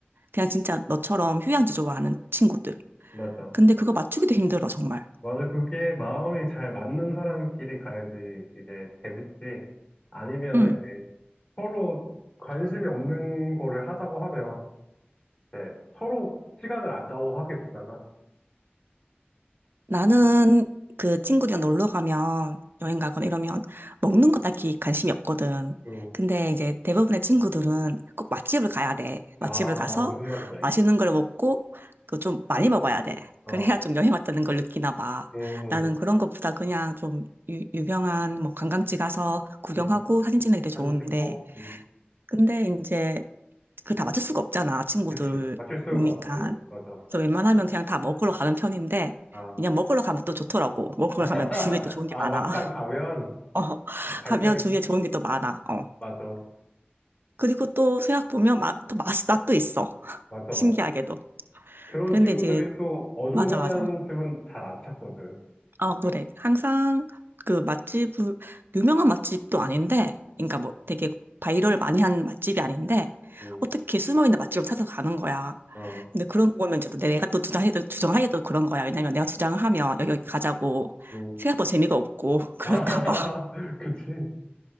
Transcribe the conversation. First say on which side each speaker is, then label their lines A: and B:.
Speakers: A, on the right; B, on the left.
A: 그냥 진짜 너처럼 휴양지 좋아하는 친구들.
B: 맞아.
A: 근데 그거 맞추기도 힘들어, 정말.
B: 맞아. 그게 마음이 잘 맞는 사람끼리 가야지 이제 재밌지. 아니면은
A: 응.
B: 이제 서로 관심이 없는 거를 하자고 하면 네, 서로 시간을 아까워하게 되잖아.
A: 나는 그 친구들이랑 놀러 가면 여행 가거나 이러면 먹는 거 딱히 관심이 없거든.
B: 응.
A: 근데 이제 대부분의 친구들은 꼭 맛집을 가야 돼.
B: 아,
A: 맛집을 가서
B: 아, 무슨 말인지 알겠
A: 맛있는 걸 먹고 또 좀 많이 먹어야 돼.
B: 어
A: 그래야
B: 어,
A: 좀 여행 왔다는 걸 느끼나 봐.
B: 응, 응,
A: 나는 그런 것보다 그냥 좀 유, 유명한 뭐 관광지 가서 구경하고
B: 응.
A: 사진 찍는 게 되게
B: 사진
A: 좋은데
B: 찍고, 응.
A: 근데 이제 그걸 다 맞출 수가 없잖아, 친구들이니까.
B: 그치. 맞출 수가 없지. 맞아.
A: 그래서 웬만하면 그냥 다 먹으러 가는 편인데,
B: 아,
A: 그냥 먹으러 가면 또 좋더라고. 먹으러
B: <laughs>
A: 가면 주위에 또 좋은 게
B: 아,
A: 많아.
B: 막상 가면,
A: <laughs> 어,
B: 어, 갈
A: 가면
B: 때는,
A: 주위에 좋은 게 또 많아. 어.
B: 맞아.
A: 그리고 또 생각 보면 맛, 또 맛이, 맛도 있어. <laughs>
B: 맞아,
A: 신기하게도.
B: 맞아. 그런
A: 그런데
B: 친구들이
A: 이제,
B: 또 어중간한
A: 맞아, 맞아.
B: 집은 잘 안 찾거든.
A: 아, 그래. 항상 그 맛집을, 유명한 맛집도 아닌데, 그러니까 뭐 되게 바이럴 많이 한 맛집이 아닌데,
B: 응,
A: 어떻게 숨어있는 맛집을 찾아가는 거야.
B: 어,
A: 근데 그런 거 보면 이제 또 내가 또 주장해도, 주장하기도 그런 거야. 왜냐면 내가 주장을 하면 여기, 여기 가자고
B: 응.
A: 생각보다 재미가 없고, <laughs> 그럴까
B: 아,
A: 봐
B: <laughs> 그치.